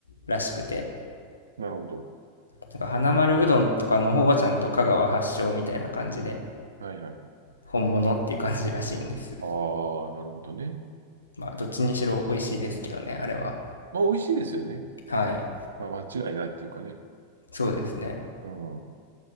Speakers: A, on the left; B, on the right.
A: らしくて、
B: なるほど。
A: なんか花丸うどんとかの方はちゃんと香川発祥みたいな感じで
B: はいはい。
A: 本物っていう感じらしいんです。
B: ああ、なるほどね。
A: まあどっちにしろ美味しいですけどね、あれは。
B: まあ、美味しいですよね。
A: はい。
B: まあ、間違いないっていうかね。
A: そうですね。
B: うん。